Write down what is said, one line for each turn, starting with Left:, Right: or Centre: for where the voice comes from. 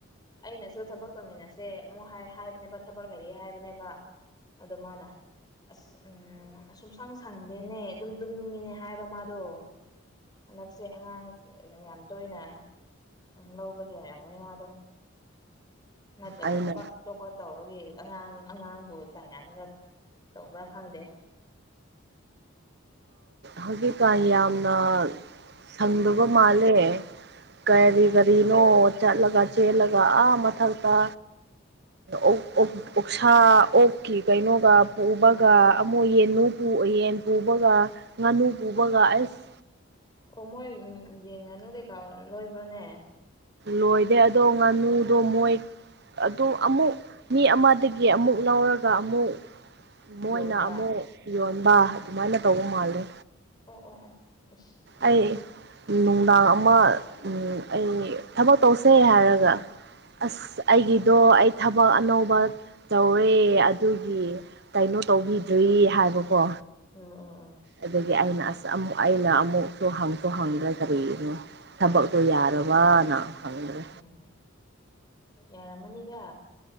Left: ꯑꯩꯅꯁꯨ ꯊꯕꯛ ꯇꯧꯃꯤꯟꯅꯁꯦ ꯑꯃꯨꯣꯏ ꯍꯥꯏꯕꯅꯦꯕ ꯊꯕꯛ ꯂꯩꯌꯦ ꯍꯥꯏꯕꯅꯦꯕ ꯑ ꯃꯥꯅ ꯑꯁ ꯎꯝ ꯁꯨꯡꯁꯪ ꯁꯪꯗꯦꯅꯦ ꯑꯗꯨꯝ ꯇꯨꯝꯅꯤꯡꯉꯤꯅꯦ ꯍꯥꯏꯕ ꯃꯥ ꯑꯗꯣ ꯍꯟꯗꯛꯁꯦ ꯑꯉꯥꯡ ꯌꯥꯝ ꯇꯣꯏꯅ ꯂꯧꯕꯒꯤ ꯑꯣꯏꯔꯝꯃꯅꯤ ꯃꯥꯗꯣ ꯅꯠꯇ꯭ꯔꯒ
Right: ꯑꯩꯅ
Left: ꯊꯕꯛ ꯑꯇꯣꯞꯄ ꯇꯧꯕꯒꯤ ꯑꯉꯥꯡ ꯑꯉꯥꯡꯕꯨ ꯇꯥꯏꯅꯔꯒ ꯇꯧꯕ꯭ꯔ ꯈꯪꯗꯦ
Right: ꯍꯧꯖꯤꯛꯀꯥꯟ ꯌꯥꯝꯅ ꯁꯪꯗꯕ ꯃꯥꯜꯂꯦ
Left: ꯎꯝ
Right: ꯀꯔꯤ ꯀꯔꯤꯅꯣ ꯆꯠꯂꯒ ꯆꯦꯜꯂꯒ ꯑ ꯃꯊꯛꯇ ꯑꯣ ꯑꯣꯛꯁꯥ ꯑꯣꯛꯀꯤ ꯀꯩꯅꯣꯒ ꯄꯨꯕꯒ
Left: ꯎꯝ
Right: ꯑꯃꯨꯛ ꯌꯦꯟꯅꯨꯕꯨ ꯌꯦꯟꯕꯨ ꯄꯨꯕꯒ ꯉꯥꯅꯨ ꯄꯨꯕꯒ ꯑꯩꯁ
Left: ꯑꯣ ꯃꯣꯏ ꯌꯦꯟ ꯉꯥꯅꯨ ꯀꯩꯀꯥ ꯂꯣꯏꯕ꯭ꯔꯣꯅꯦ
Right: ꯂꯣꯏꯗꯦ ꯑꯗꯣ ꯉꯥꯅꯨꯗꯣ ꯃꯣꯏ ꯑꯗꯨ ꯑꯃꯨꯛ ꯃꯤ ꯑꯃꯗꯒꯤ ꯑꯃꯨꯛ ꯂꯧꯔꯒ ꯑꯃꯨꯛ ꯃꯣꯏꯅ
Left: ꯌꯣꯟꯕ
Right: ꯑꯃꯨꯛ ꯌꯣꯟꯕ ꯑꯗꯨꯃꯥꯏꯅ ꯇꯧꯕ ꯃꯥꯂꯦ
Left: ꯑꯣ ꯑꯣ ꯑꯣ ꯑꯁ
Right: ꯑꯩ ꯅꯨꯡꯗꯥꯡ ꯑꯃ ꯑꯩ ꯊꯕꯛ ꯇꯧꯁꯦ ꯍꯥꯏꯔꯒ ꯑꯁ ꯑꯩꯒꯤꯗꯣ ꯑꯩ ꯊꯕꯛ ꯑꯅꯧꯕ ꯇꯧꯔꯦ ꯑꯗꯨꯒꯤ ꯀꯩꯅꯣ ꯇꯧꯕꯤꯗ꯭ꯔꯤ ꯍꯥꯏꯕꯀꯣ
Left: ꯎꯝ ꯎꯝ ꯎꯝ
Right: ꯑꯗꯒꯤ ꯑꯩꯅ ꯑꯁ ꯑꯃꯨꯛ ꯑꯩꯅ ꯑꯃꯨꯛꯁꯨ ꯍꯪꯁꯨ ꯍꯪꯗ꯭ꯔꯥ ꯀꯔꯤꯒꯤꯅꯣ ꯊꯕꯛꯇꯣ
Left: ꯎꯝ
Right: ꯌꯥꯔꯕꯅ ꯍꯪꯗ꯭ꯔꯦ
Left: ꯎꯝ ꯌꯥꯔꯃꯅꯤꯗ